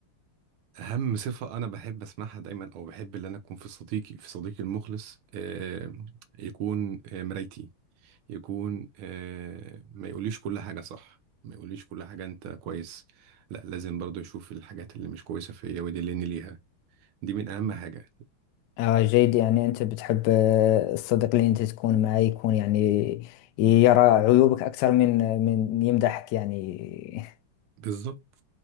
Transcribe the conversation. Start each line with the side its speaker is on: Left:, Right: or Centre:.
Right: أهم صفة أنا بحب أسمعها دايما أو بحب إن أنا أكون في صديقي في صديقي المخلص آه يكون آه مرايتي يكون آه ما يقوليش كل حاجة صح ما يقوليش كل حاجة أنت كويس لا لازم برضو يشوف الحاجات اللي مش كويسة فيا ويدلني ليها دي من أهم حاجة
Left: آه، جيد يعني أنت بتحب آه، الصديق اللي أنت تكون معه يكون يعني يرى عيوبك أكثر من من يمدحك يعني <laughs>
Right: بالظبط